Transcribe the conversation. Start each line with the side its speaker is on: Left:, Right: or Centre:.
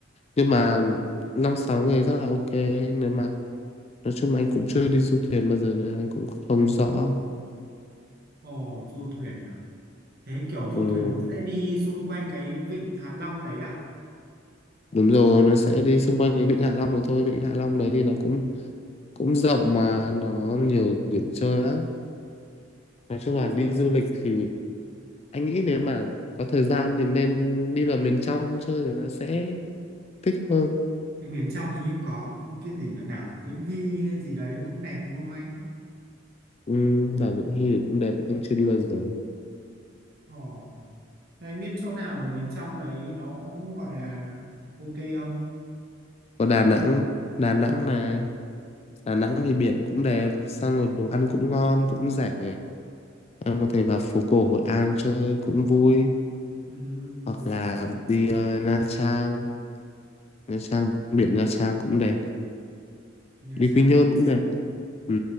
Left: nhưng mà năm sáu người rất là ok nếu mà nói chung là anh cũng chưa đi du thuyền bao giờ nên anh cũng không rõ
Right: ồ du thuyền à thế kiểu du
Left: ừ,
Right: thuyền nó sẽ đi xung quanh cái vịnh Hạ Long đấy à
Left: đúng rồi nó sẽ đi xung quanh cái vịnh Hạ Long được thôi vịnh Hạ Long đấy thì nó cũng cũng rộng mà nó nhiều điểm chơi lắm nói chung
Right: đi
Left: là
Right: qua
Left: đi du lịch thì anh nghĩ nếu mà có thời gian thì nên đi vào miền trong chơi thì nó sẽ thích hơn
Right: cái miền trong hình như có cái gì nhỉ đảo Vĩnh Hy hay gì đấy nó cũng đẹp đúng không anh
Left: ừ, và Vịnh Hy thì cũng đẹp anh chưa đi bao giờ
Right: ồ Thế anh biết chỗ nào ở miền trong đấy nó gọi là ok không?
Left: có Đà Nẵng Đà Nẵng này Đà Nẵng thì biển cũng đẹp xong rồi đồ ăn cũng ngon cũng rẻ em có thể vào phố cổ Hội An chơi cũng vui
Right: Ừ,
Left: hoặc
Right: phục
Left: là
Right: phục
Left: đi ờ, Nha Trang Nha Trang biển Nha Trang cũng đẹp
Right: Nha
Left: đi
Right: Trang.
Left: Quy Nhơn cũng đẹp ừ.